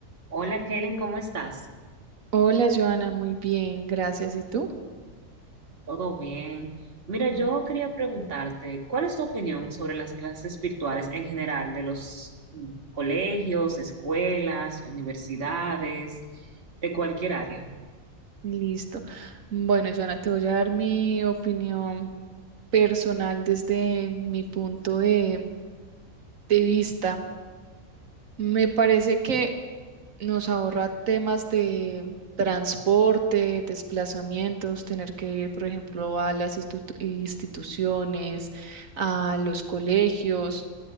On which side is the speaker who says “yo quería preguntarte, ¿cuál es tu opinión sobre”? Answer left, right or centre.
Right